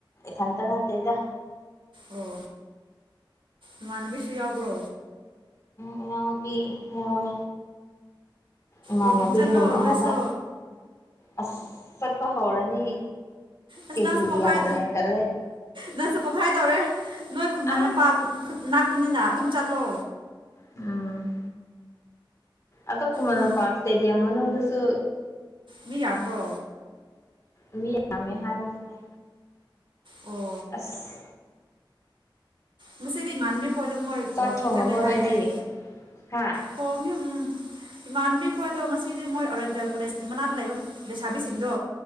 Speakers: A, on the left; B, on the right.
A: ꯁꯟꯇ ꯅꯠꯇꯦꯗ
B: ꯑꯣ ꯏꯃꯥꯟꯅꯕꯤꯁꯨ ꯌꯥꯎꯕ꯭ꯔꯣ
A: ꯏꯅꯥꯎ ꯅꯨꯄꯤ ꯌꯥꯎꯋꯦ ꯏꯃꯥꯟꯅꯕꯤ
B: ꯋꯥꯛꯀꯤꯡ ꯆꯠꯂꯣ
A: ꯔꯨꯝ
B: ꯅꯣꯏꯁꯨ
A: ꯑꯃꯗ ꯑꯁ ꯆꯠꯄ ꯍꯧꯔꯅꯤ
B: ꯑꯁ
A: ꯀꯦꯖꯤ
B: ꯅꯪꯁꯨ ꯄꯣꯛꯈꯥꯏ
A: ꯌꯥꯝꯅ ꯍꯦꯟꯒꯠꯂꯦ
B: ꯅꯪꯁꯨ ꯄꯣꯛꯈꯥꯏ ꯇꯧꯔꯦ ꯅꯣꯏ ꯈꯨꯃꯟ
A: ꯑꯁ
B: ꯂꯝꯄꯥꯛ ꯂꯄꯅꯤꯅ ꯑꯗꯨꯝ ꯆꯠꯂꯣ
A: ꯎꯝ ꯑꯇꯣ ꯈꯃꯅ
B: ꯅꯣꯏ
A: ꯄꯥꯛꯇꯗꯗꯤ ꯑꯃꯪ ꯁ
B: ꯃꯤ ꯌꯥꯝꯕ꯭ꯔꯣ
A: ꯏ ꯌꯥꯝꯃꯦ ꯍꯥꯏꯕꯅꯤꯅꯦ
B: ꯑꯣ
A: ꯑꯁ
B: ꯉꯁꯤꯗꯤ ꯏꯃꯥꯟꯕꯤ ꯈꯣꯏꯗ ꯃꯣꯏ
A: ꯆꯥꯛ
B: ꯋꯥꯛꯀꯤꯡ
A: ꯊꯣꯡꯉꯕꯣ
B: ꯆꯠꯂꯦ
A: ꯅꯣꯏꯗꯤ
B: ꯍꯥꯏ ꯑꯩ
A: ꯍꯥ
B: ꯊꯣꯡꯉꯤ ꯏꯃꯥꯟꯕꯤ ꯈꯣꯏꯗꯣ ꯉꯁꯤꯗꯤ ꯃꯣꯏ ꯑꯣꯔꯦꯟꯇꯦꯜ ꯀꯣꯂꯦꯖ ꯃꯅꯥꯛꯇ ꯂꯩꯕ ꯂꯩꯁꯥꯕꯤꯁꯤꯡꯗꯣ